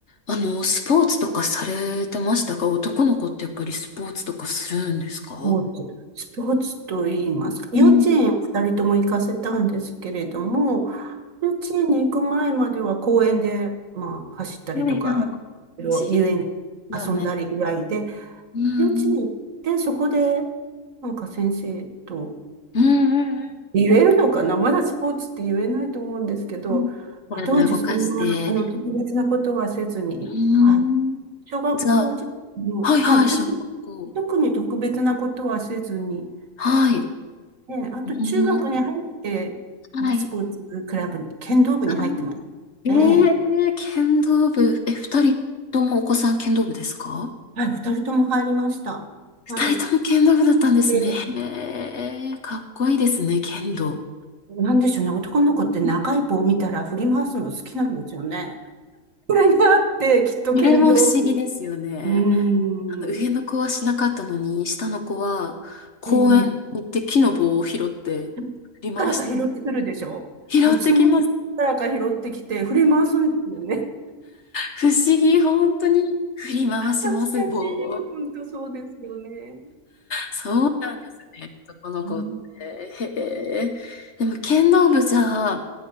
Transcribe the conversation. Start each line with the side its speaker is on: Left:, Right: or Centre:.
Left: あの、スポーツとかされてましたか男の子ってやっぱりスポーツとかするんですか
Right: スポーツ。スポーツと言いますか。幼稚園を二人とも行かせたんですけれども、
Left: うん。
Right: 幼稚園に行く前までは公園で、まあ、走ったりとか、
Left: はいはい。
Right: いろいろ遊園に
Left: 知りだね。
Right: 遊んだりぐらいで、
Left: うんうん。
Right: 幼稚園行ってそこで、なんか先生と、
Left: うんうんうん。
Right: 言えるのかなまだスポーツって言えないと思うんですけど、
Left: うん。体を動かして。
Right: 当時そんな、あの、特別なことはせずに、
Left: うん。
Right: はい。小学校時代も、
Left: じゃあ、はいはい、
Right: はい、特に、
Left: 小学校。
Right: 特に特別なことはせずに、
Left: はい。
Right: ね、あと中学に入って、
Left: うん。はい。
Right: なんかスポーツクラブに、剣道部に入ってまし
Left: あえー、
Right: た。ええ。
Left: 剣道部。え、二人ともお子さん剣道部ですか
Right: はい、二人とも入りました。
Left: 二人とも剣道部だったんですね。
Right: はい。で、
Left: へえ、かっこいいですね、剣道。
Right: なんでしょうね、男の子って長い棒を見たら振り回すの好きなんですよね。
Left: うん
Right: これがあって、きっと剣道
Left: これも不思議ですよね。
Right: うーん。
Left: あの上の子はしなかったのに、下の子は公園に行って木の棒を拾って振り回して、
Right: ええ、どっからか拾ってくるでしょで、
Left: 拾ってきます。
Right: いつもどっからか拾ってきて振り回すんですよね。
Left: 不思議、本当に振り回します、
Right: パチパチ、
Left: 棒を。
Right: 本当そうですよね。
Left: そうなんですね、男の子って。
Right: うん、
Left: へえ。でも剣道部じゃあ、